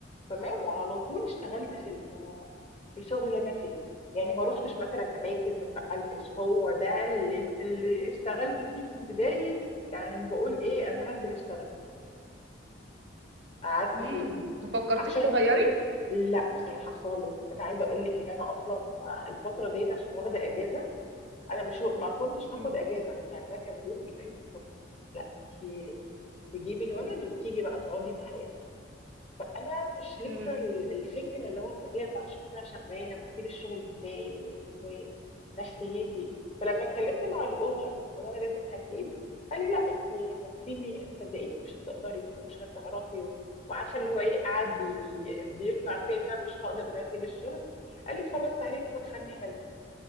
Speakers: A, on the left; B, on the right.
A: تمام وعلى طول اشتغلت في ال- في الشغل اللي انا فيه يعني ما روحتش مثلا اماكن ما اتنقلتش هو ده اللي اللي اشتغلت فيه من بدايه يعني بقول ايه انا هنزل اشتغل قعدت
B: امم
A: فيه
B: ما فكرتيش
A: عشان
B: تغيري
A: لا بصراحه خالص انا عايزه اقول لك ان انا اصلا الفتره ديت عشان واخده اجازه انا مش ما كنتش هاخد
B: مم.
A: اجازه يعني انا كان جوزي قال لي طب لا انت تجيبي الولد وتيجي بقى تقعدي معايا انا مش لسه
B: امم
A: ال- الفكره اللي هو انا بقالي 14 سنه شغاله وهسيب الشغل ازاي و- ونفسيتي فلما اتكلمت مع الاونر وانا انا لازم هسيب قال لي لا انت هتسيبي صدقيني مش هتقدري ومش هتعرفي و- وعارفه اللي هو ايه قاعد بي... بيقنع فيا ان انا مش هقدر ان أنا اسيب الشغل قال لي خلاص تعالي ناخد حل حلو